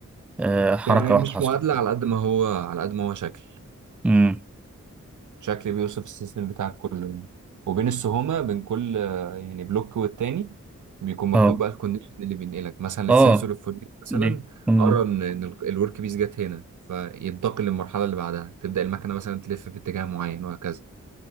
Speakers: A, in the centre; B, on the right.
A: آه، حركة
B: يعني
A: واحدة
B: مش
A: حصلت
B: معادله على قد ما هو على قد ما هو شكل
A: مم.
B: شكل بيوصف السيستم بتاعك كله يعني وبين السهومة بين كل آه، يعني بلوك والتاني بيكون مكتوب
A: اه
B: بقى الكونديشن اللي بينقلك مثلا
A: اه
B: السنسور الفلاني مثلا
A: بيكون
B: قرا ان إن ال- الورك بيس جت هنا فينتقل للمرحلة اللي بعدها تبدأ المكنة مثلا تلف في اتجاه معين وهكذا